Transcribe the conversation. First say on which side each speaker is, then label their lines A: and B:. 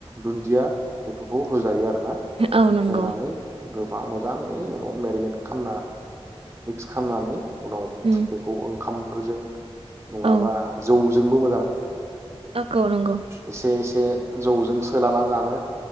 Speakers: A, on the right; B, on the right.
A: दुन्दिया बेफोरखौ होजायो आरो ना
B: औ नंगौ
A: होनानै गोबा मोजाङै उनाव मेरिनेट खालामना मिक्स खालामनानै उनाव
B: उम
A: बेखौ खामफोरजों नङाबा
B: औ
A: जौ जोंबो मोजां
B: नंगौ नंगौ
A: एसे एसे जौजों सोला जानो